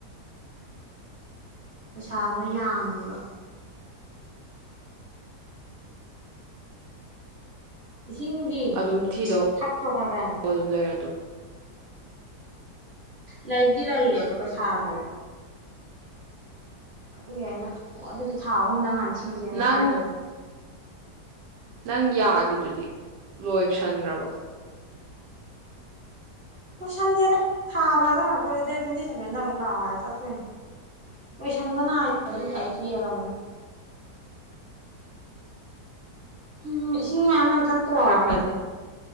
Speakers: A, on the right (about 35°); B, on the right (about 80°).
A: ꯄꯩꯁꯥꯗꯣ ꯌꯥꯝꯃꯦꯕ ꯏꯁꯤꯡꯗꯤ
B: ꯑꯗꯨꯝ ꯊꯤꯗꯧ
A: ꯊꯛꯇ꯭ꯔꯣ ꯈꯔ ꯈꯔ
B: ꯑꯗꯨꯝ ꯂꯩꯔꯗꯧꯕ
A: ꯂꯩꯕꯨꯗꯤ ꯂꯩꯌꯦ ꯑꯗꯣ ꯄꯩꯁꯥꯗꯣ ꯑꯗꯨꯗꯤ ꯌꯥꯏꯅ ꯑꯣ ꯑꯗꯨꯗꯤ ꯊꯥ ꯑꯍꯨꯝꯗꯪ ꯍꯥꯟ ꯊꯤꯖꯦꯅ
B: ꯅꯪ
A: ꯍꯥꯏꯒ꯭ꯔꯣ
B: ꯅꯪ ꯌꯥꯒꯤꯗꯨꯗꯤ ꯂꯣꯏꯁꯟꯒ꯭ꯔꯕꯣ
A: ꯂꯣꯏꯁꯟꯗꯦꯗ ꯊꯥ ꯐꯥꯖꯤꯜꯂꯛꯇꯣꯔꯦ ꯗꯦꯠ ꯇ꯭ꯋꯦꯟꯇꯤ ꯁꯚꯦꯟꯗ ꯑꯃꯨꯛ ꯂꯥꯛꯑꯣ ꯍꯥꯏ ꯆꯠꯇꯣꯏꯅꯦ ꯈꯟꯕꯅꯥꯏ
B: ꯎꯝ
A: ꯑꯩ ꯑꯩ ꯄꯦꯟꯂꯕꯅꯦ ꯎꯝ ꯏꯁꯤꯡ ꯃꯌꯥꯝ ꯃꯌꯥꯝ ꯊꯛꯇ꯭ꯔꯣ
B: ꯁꯠ ꯁꯠꯅꯤ